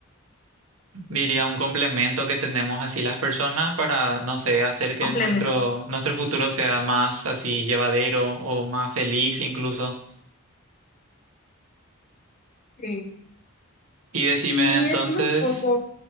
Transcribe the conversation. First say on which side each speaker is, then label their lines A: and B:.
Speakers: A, on the right; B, on the left.
A: Diría un complemento que tenemos así las personas para, no sé, hacer que
B: complementar.
A: nuestro, nuestro futuro sea más así llevadero o más feliz incluso.
B: Sí.
A: Y decime
B: Y
A: entonces,
B: decimos un poco,